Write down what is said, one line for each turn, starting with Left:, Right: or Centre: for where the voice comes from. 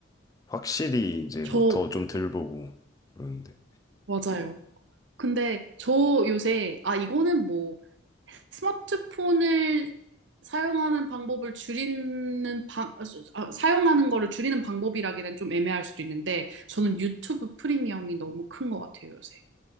Left: 확실히 이제
Right: 저,
Left: 뭐 더 좀 덜 보고 그러는데.
Right: 맞아요. 근데 저 요새, 아, 이거는 뭐 스마트폰을 사용하는 방법을 줄이는 방, 아, 사용하는 거를 줄이는 방법이라기엔 좀 애매할 수도 있는데 저는 유튜브 프리미엄이 너무 큰 것 같아요, 요새.